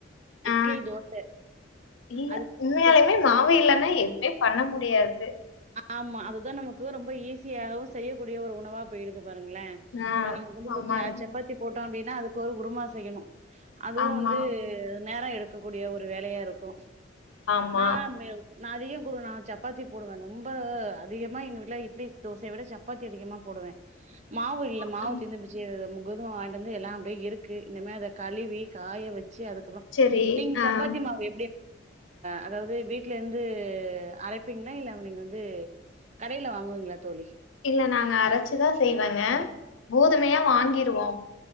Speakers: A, on the right; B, on the left.
A: இட்லி
B: ஆ
A: தோச
B: நிங்க
A: அதுதான்
B: உண்மையாலயுமே
A: நமக்கு
B: மாவு இல்லன்னா எதுவுமே பண்ண முடியாது
A: ஆமா அதுதா நமக்கு ரொம்ப ஈஸியாகவு செய்யக்கூடிய ஒரு உணவா போயிடுது பாருங்களே
B: ஆ
A: அம்ம நமக்கு வந்து <unintelligible>
B: ஆமாங்க
A: சப்பாத்தி போட்டோ அப்டின்னா அதுக்கு ஒரு குருமா செய்யணு அதுவு
B: ஆமா
A: வந்து நேர எடுக்கக்க கூடிய ஒரு வேலையா இருக்கு
B: ஆமா
A: நா நா அதிகோ குரு நா சப்பாத்தி போடுவே ரொம்ப அதிகமா எங்க வீட்ல இட்லி தோசைய விட சப் சப்பாத்தி அதிகமா போடுவே மாவு இல்ல
B: ம்.
A: மாவு தீந்து போச்சு கோதுமை வாங்கிட் வந்து எல்லா அப்படியே இருக்கு இனிமே அத கழுவி காய வச்சு <unintelligible> அதுக்கப்புற
B: சரி
A: நீங்க
B: ஆ
A: சப்பாத்தி மாவு அதாவது வீட்ல இருந்து அரைப்பீங்களா இல்ல இப்ப நீங்க வந்து கடைல வாங்குவீங்ளா தோழி
B: இல்ல நாங்க அரைச்சுதா செய்வங்க கோதுமைய வாங்கிருவோ